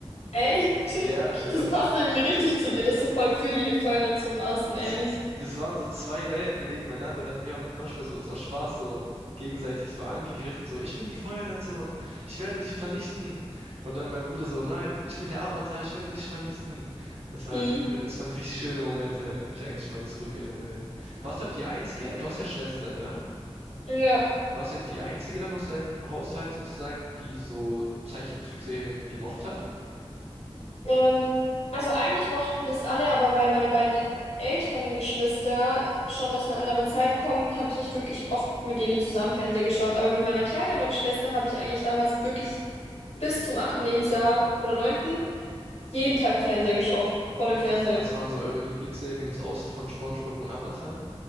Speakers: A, on the left (about 80°); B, on the right (about 75°).
A: Echt? <laughs>
B: Ja, ja,
A: Das passt irgendwie richtig zu dir, dass du voll für die Feuernation warst und
B: Das,
A: er nicht.
B: w- das waren so zwei Welten nebeneinander. Dann wir haben manchmal so uns aus Spaß so gegenseitig so angegriffen, so, ich bin die Feuernation, ich werde dich vernichten. Und dann mein Bruder so, nein, ich bin der Avatar, ich werde dich vernichten. Das war,
A: Hm.
B: das waren richtig schöne Momente, wenn ich mich eigentlich mal zurückerinnere. Warst du aber die Einzige? Du hast ja Schwestern, ja?
A: Ja.
B: Warst du nicht die Einzige dann aus deinem Haushalt sozusagen, die so Zeichentrickserien gemocht hat?
A: Ähm, also eigentlich mochten das alle, aber weil meine beiden älteren Geschwister schon aus einer anderen Zeit kommen, habe ich nicht wirklich oft mit denen zusammen Fernseher geschaut. Aber mit meiner kleineren Schwester habe ich eigentlich damals wirklich bis zum achten Lebensjahr oder neunten jeden Tag Fernseher geschaut. Vor dem
B: Echt,
A: Fernseher.
B: was, was waren so eure Lieblingsserien außer von SpongeBob und Avatar?